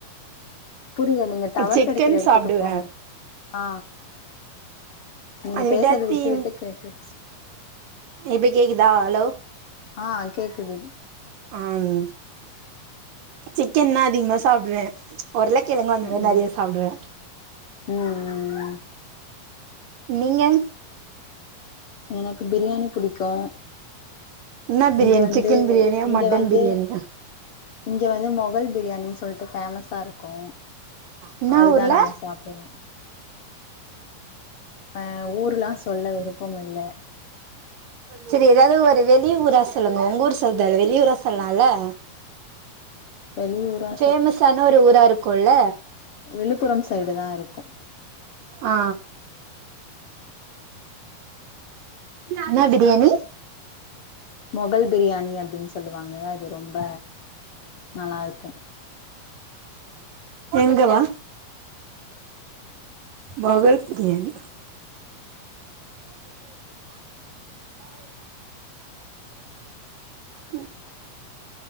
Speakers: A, on the left; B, on the right.
A: புரியல நீங்க டவர்
B: சிக்கன்
A: கெடைக்கற எடத்துக்கு
B: சாப்டுவே
A: போங்க ஆ நீங்க
B: அது
A: பேசுறது
B: விட்டாத்தி
A: விட்டு விட்டு கேக்குது
B: இப்ப கேக்குதா ஹலோ
A: ஆ கேக்குது
B: ஆம் சிக்கன்தா அதிகமா சாப்டுவே ஒருள கெழங்கு அந்தமாரி
A: ம் ம்
B: நெறையா சாப்டுவே
A: ம் ம்
B: நீங்க
A: எனக்கு பிரியாணி புடிக்கு
B: என்ன பிரியாணி
A: இங்க வந்து
B: சிக்கன் பிரியாணியா
A: இங்க
B: மட்டன்
A: வந்து
B: பிரியாணியா
A: இங்க வந்து மொஹல் பிரியாணினு சொல்ட்டு ஃபேமஸா இருக் கு
B: என்னா
A: அதுதா
B: ஊர்ல
A: நாங்க சாப்டுவோ ஆ ஊர்லா சொல்ல விருப்பமில்ல
B: செரி எதாது ஒரு வெளி ஊரா சொல்லுங்க ஒங்க ஊர் சொல் தேவ இல்ல வெளி ஊரா சொல்லலா
A: வெளியூரா
B: ஃபேமஸான ஒரு ஊரா இருக்குல
A: விழுப்புர சைடு தா இருக்கு
B: ஆ என்னா பிரியாணி
A: மொகல் பிரியாணி அப்டின் சொல்லுவாங்க அது ரொம்ப நல்லாருக்கு
B: எங்கவா மொகல் பிரியாணி ம்